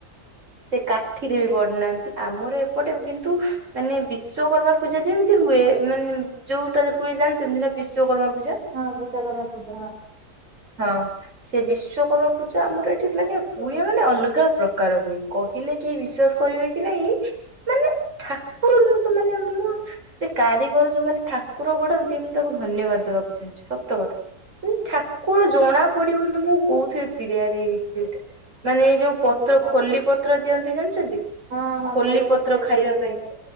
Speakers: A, on the right (about 55°); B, on the right (about 70°).
A: ସେ କାଠିରେ ବି ପଢୁନାହାନ୍ତି ଆମର ଏପଟେ କିନ୍ତୁ। ମାନେ ବିଶ୍ଵକର୍ମା ପୂଜା ଯେମିତି ହୁଏ ମାନେ ଯୋଉଟା ହୁଏ ଜାଣିଛନ୍ତି ନା ବିଶ୍ଵକର୍ମା ପୂଜା।
B: ହଁ ବିସ୍ୱକର୍ମା ପୂଜା ହଁ।
A: ହଁ। ସେ ବିଶ୍ଵକର୍ମା ପୂଜା ଆମର ଏଠି ମାନେ ହୁଏ ମାନେ ଅଲଗା ପ୍ରକାର ହୁଏ କହିଲେ କେହି ବିଶ୍ଵାସ କରିବେ କି ନାଇଁ ମାନେ ଠାକୁର ତ ମାନେ ମୋର ସେ କାରିଗର ଯୋଉମାନେ ଠାକୁର ଗଢନ୍ତି ମୁଁ ତାକୁ ଧନ୍ୟବାଦ ଦବାକୁ ଚାହୁଁଛି ସତ କଥା। ଏ ଠାକୁର ଜଣା ପଡିବନି ତ ମୁଁ କଉଥିରେ ତିଆରି ହେଇଛି ସେଇଟା ମାନେ ଏଇ ଯୋଉ ପତ୍ର
B: ଓହୋ
A: ଖଲି ପତ୍ର ଦିଅନ୍ତି ଜାଣିଛନ୍ତି?
B: ହଁ ହଁ
A: ଖଲି
B: ଖଲିପତ୍ରରେ
A: ପତ୍ର
B: ବି
A: ଖାଇବା
B: ତିଆରି
A: ପାଇଁ
B: କରନ୍ତି